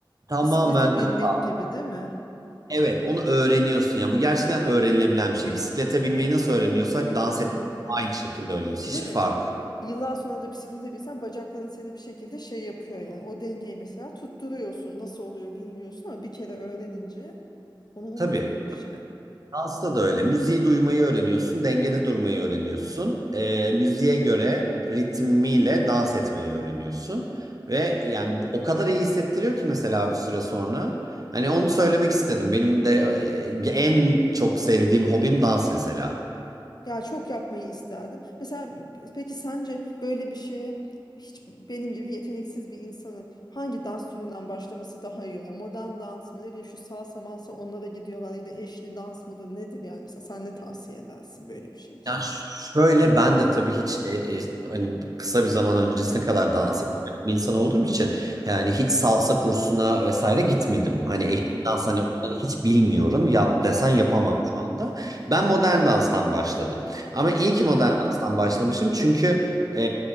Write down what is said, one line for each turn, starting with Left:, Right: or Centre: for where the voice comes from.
Right: Tamamen
Left: Bisiklete binmek
Right: kafa.
Left: gibi değil mi?
Right: Evet, onu öğreniyorsun. Yani bu gerçekten öğrenilebilen bir şey. Bisiklete binmeyi nasıl öğreniyorsak
Left: Hmm,
Right: dans etmeyi aynı şekilde öğreniyoruz.
Left: değil
Right: Hiçbir
Left: mi?
Right: fark yok.
Left: Yıllar sonra da bisiklete binsen bacakların seni bir şekilde şey yapıyor yani. O dengeyi mesela tutturuyorsun. Nasıl oluyor bilmiyorsun ama bir kere öğrenince onu unutmuyor
Right: Tabii.
Left: şey.
Right: Dansta da öyle. Müziği duymayı öğreniyorsun, dengede durmayı öğreniyorsun. Ee, müziğe göre ritmiyle dans etmeyi öğreniyorsun. Ve yani o kadar iyi hissettiriyor ki mesela bir süre sonra. Hani onu söylemek istedim. Benim de e, en çok sevdiğim hobim dans mesela.
Left: Ya çok yapmayı isterdim. Mesela peki sence böyle bir şeye hiç benim gibi yeteneksiz bir insanın hangi dans türünden başlaması daha iyi olur? Yani modern dans mı ne bileyim şu salsa malsa onlara gidiyorlar ya da eşli dans mıdır nedir yani mesela sen ne tavsiye edersin böyle bir şey için?
Right: Ya ş- şöyle ben de tabii hiç e, e, hani kısa bir zaman öncesine
Left: Hı hı
Right: kadar dans eden bir insan olduğum için yani hiç salsa kursuna vesaire gitmedim.
Left: hı hı
Right: Hani eşlik
Left: hı hı
Right: dans hani onları hiç bilmiyorum. Yap desen
Left: hı hı.
Right: yapamam şu anda. Ben modern danstan başladım. Ama
Left: hı hı.
Right: iyi ki modern danstan başlamışım çünkü e,